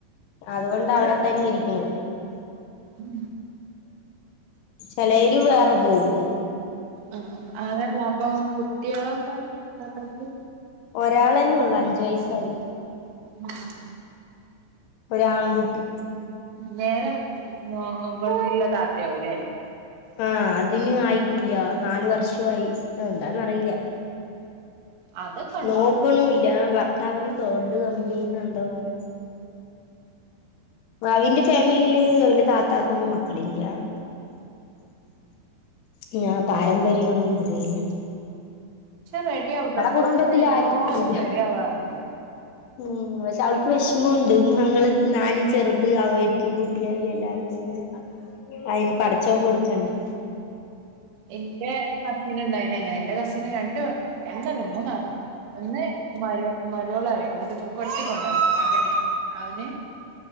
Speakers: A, on the left; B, on the right.
A: അതുകൊണ്ട് അവടെ തന്നെ ഇരിക്കണം
B: ഉം
A: ചിലേര് വേറെ പോകും.
B: ആഹ് അതല്ലാപ്പൊ കുട്ടീളൊക്ക താത്തക്ക്
A: ഒരാളന്നൊള്ളു അഞ്ച് വയസ്സായി.
B: ഉം
A: ഒരാൺകുട്ടി.
B: വേറെ മോ ഇവിട്ന്ന്ള്ള താത്ത്യാവുലെ
A: ആഹ് അതിന് ആയിട്ടില്ല നാല് വർഷ്യവായി എന്താന്നറിയില്ല.
B: അതൊക്കെ ഉണ്ടാവും
A: നോക്കുണൂല്ല വർ കൗണ്ട് കമ്മി ന്നന്തൊ പർ ബാബിന്റെ ഫാമിലീല് അവന്റെ താത്താക്കൊന്നും മക്കളില്ല. ഇഞി പാരമ്പര്യാണോന്ന് അറിയില്ല.
B: റെഡിയാവുട്ടൊ ഇപ്പൊ
A: കുടുംബത്തില്
B: ഒര് വിധ എല്ലാരും
A: ആർക്കും ഇല്ല
B: റെഡി ആവാറ്ണ്ട്.
A: ഉം പഷെ അവൾക്ക് വിഷ്മൊണ്ട് ഞങ്ങള് നാലും ചെറ്ത് എനിക്കും കുട്ട്യായി എല്ലാർക്കു ഇങ്ങനെ അയിന് പടച്ചോൻ കൊട്ക്കണ്ടെ?
B: ഇന്റെ കസിന് ഇണ്ടായ്ന് അങ്ങനെ ഇന്റെ കസിന് രണ്ട് രണ്ടല്ല മൂന്നാള്തും ഒന്ന് മരോ മരോ മരോള് അറിം ഇങ്ങ്ട്ട് കെട്ടികൊണ്ടന്ന മകന് അവന്